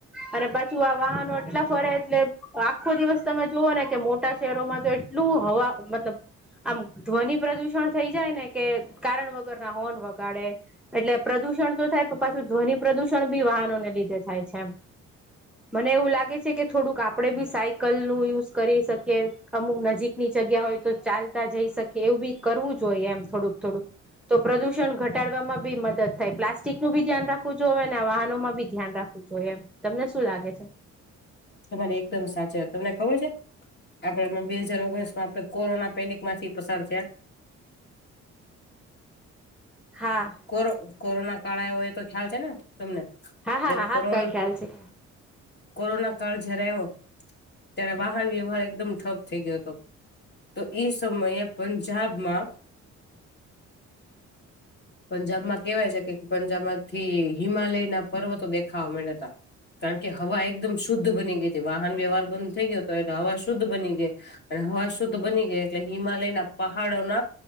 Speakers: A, in the centre; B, on the left.
A: અરે પાછું આ વાહનો એટલા ફરે એટલે આખો દિવસ તમે જુવો ને કે મોટા શહેરોમાં તો એટલું હવા મતલબ આમ ધ્વનિ પ્રદુષણ થઈ જાય ને કે કારણ વગરના હોર્ન વગાડે એટલે પ્રદુષણ તો થાય પાછું ધ્વનિ પ્રદુષણ બી વાહનોને લીધે થાય છે એમ. મને એવું લાગે છે કે થોડુંક આપણે બી સાયકલ નું યુઝ કરી શકીએ. અમુક નજીકની જગ્યા હોય તો ચાલતા જઈ શકે એવું બી કરવું જોઈએ એમ થોડુંક થોડુંક. તો પ્રદુષણ ઘટાડવામાં બી મદદ થાય પ્લાસ્ટિક નું બી ધ્યાન રાખવું જો હવે અને વાહનોમાં ભી ધ્યાન રાખવું. જો એમ તમને શું લાગે છે
B: તમારી એકદમ સાચા તમને ખબર છે આપડે બે હાજાર ઓગણીસ માં આપણે કોરોના પેનિક માંથી પસાર થયા
A: હા.
B: કો કોરોના કાળ આવ્યો એ તો ખ્યાલ છે ને તમને
A: હા હા હા
B: કોરો
A: હા કઈ ખ્યાલ છે
B: કોરોના કાળ જરા આવો. ત્યારે વાહન વ્યવહાર એકદમ ઠપ થઈ ગયો હતો. તો એ સમયે પંજાબમાં. પંજાબમાં કેહેવાય છે કે પંજાબ માંથી હિમાલય ના પર્વતો દેખાવા મળ્યાતા. કારણ કે હવા એકદમ શુદ્ધ બની ગઈ હતી વાહન વ્યવહાર બંધ થઈ ગયો હતો એટલે હવા શુદ્ધ બની ગઈ. અને હવા શુદ્ધ બની ગઈ એટલે હિમાલય ના પહાડોના